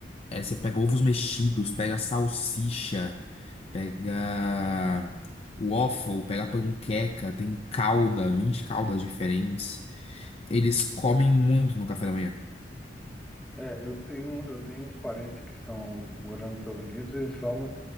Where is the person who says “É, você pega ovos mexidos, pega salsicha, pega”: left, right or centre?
Left